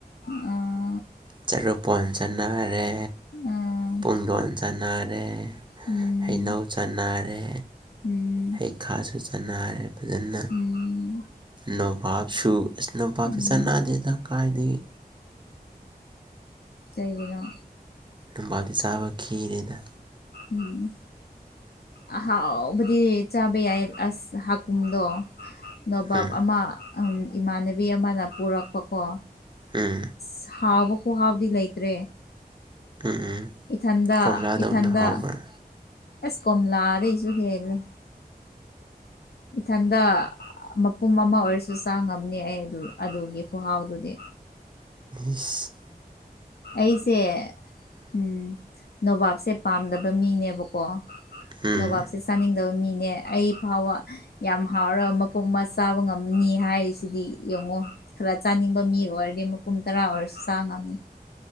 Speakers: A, on the left; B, on the right.
A: ꯑ
B: ꯆꯔꯨꯐꯣꯟ ꯆꯅꯥꯔꯦ
A: ꯑꯥ
B: ꯄꯨꯡꯗꯣꯟ ꯆꯅꯥꯔꯦ
A: ꯎꯝ
B: ꯍꯩꯅꯧ ꯆꯟꯅꯥꯔꯦ
A: ꯎꯝ
B: ꯍꯩ ꯈꯥꯁꯨ ꯆꯟꯅꯥꯔꯦ ꯐꯖꯟꯅ
A: ꯎꯝ
B: ꯅꯣꯕꯥꯞꯁꯨ ꯑꯁ ꯅꯣꯕꯥꯞꯁꯨ
A: ꯎꯝ
B: ꯆꯟꯅꯥꯗꯦꯗ ꯀꯥꯏꯗꯒꯤ
A: ꯀꯩꯒꯤꯅꯣ
B: ꯅꯣꯕꯥꯞꯇꯤ ꯆꯥꯕ ꯈꯤꯔꯦꯗ
A: ꯎꯝ ꯑꯍꯥꯎꯕꯗꯤ ꯆꯥꯕ ꯌꯥꯏꯌꯦ ꯑꯁ ꯍꯥꯀꯨꯝꯗꯣ ꯅꯣꯕꯥꯞ
B: ꯎꯝ
A: ꯑꯃ ꯎꯝ ꯏꯃꯥꯟꯅꯕꯤ ꯑꯃꯅ ꯄꯨꯔꯛꯄꯀꯣ
B: ꯎꯝ
A: ꯁ ꯍꯥꯎꯕ ꯈꯨꯍꯥꯎꯗꯤ ꯂꯩꯇ꯭ꯔꯦ
B: ꯎꯝ ꯎꯝ
A: ꯏꯊꯟꯗ
B: ꯀꯣꯝꯂꯥꯗꯧꯅ
A: ꯏꯊꯟꯗ
B: ꯍꯥꯎꯕ꯭ꯔꯥ
A: ꯑꯁ ꯀꯣꯝꯂꯥꯗꯩꯁꯨ ꯍꯦꯜꯂꯦ ꯏꯊꯟꯗ ꯃꯄꯨꯝ ꯑꯃ ꯑꯣꯏꯔꯁꯨ ꯆꯥ ꯉꯝꯅꯤ ꯑꯩ ꯑꯗꯨ ꯑꯗꯨꯒꯤ ꯈꯨꯍꯥꯎꯗꯨꯗꯤ
B: ꯏꯁ
A: ꯑꯩꯁꯦ ꯎꯝ ꯅꯣꯕꯥꯞꯁꯦ ꯄꯥꯝꯗꯕ ꯃꯤꯅꯦꯕꯀꯣ
B: ꯎꯝ
A: ꯅꯣꯕꯥꯞꯁꯦ ꯆꯥꯅꯤꯡꯗꯕ ꯃꯤꯅꯦ ꯑꯩ ꯐꯥꯎꯕ ꯌꯥꯝ ꯍꯥꯎꯔ ꯃꯄꯨꯝꯃ ꯆꯥꯕ ꯉꯝꯅꯤ ꯍꯥꯏꯔꯤꯁꯤꯗꯤ ꯌꯦꯡꯉꯣ ꯈꯔ ꯆꯥꯅꯤꯡꯕ ꯃꯤ ꯑꯣꯏꯔꯗꯤ ꯃꯄꯨꯝ ꯇꯔꯥ ꯑꯣꯏꯔꯁꯨ ꯆꯥ ꯉꯝꯅꯤ